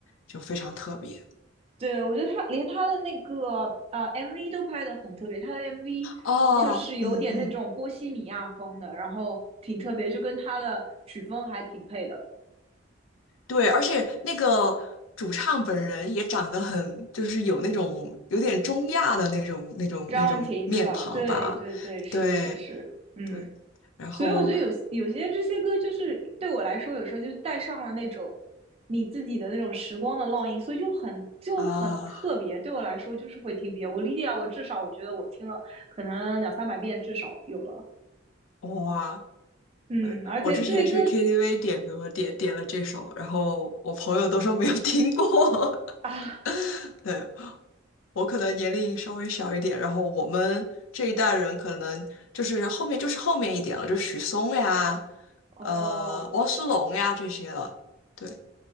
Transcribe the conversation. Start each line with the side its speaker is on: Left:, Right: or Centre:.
Left: 就非常特别。
Right: 对，我觉得他连他的那个呃 MV 都拍的很特别，他的 MV
Left: 哦，
Right: 就是有点那种波西米亚风的，
Left: 嗯嗯，
Right: 然后挺特别，就跟他的曲风还挺配的。
Left: 对，而且那个主唱本人也长得很，就是有那种有点中亚的那种那种那种面庞吧，
Right: 张文婷对吧？对对对，是是是，
Left: 对。
Right: 嗯，
Left: 对，然后
Right: 所以我觉得有有些这些歌就是对我来说，有时候就是带上了那种你自己的那种时光的烙印，所以就很就很特别。
Left: 啊，
Right: 对我来说，就是会听遍。我莉莉娅，我至少我觉得我听了可能两三百遍，至少有了。
Left: 哇，
Right: 嗯，
Left: 对我之前去
Right: 而且这些歌
Left: KTV 点歌，点点了这首，然后我朋友都说没有听过。
Right: 啊，
Left: <laughs> 对，我可能年龄稍微小一点，然后我们这一代人可能就是后面就是后面一点了，就许嵩呀，
Right: 哦，
Left: 呃，汪苏泷呀这些了。对，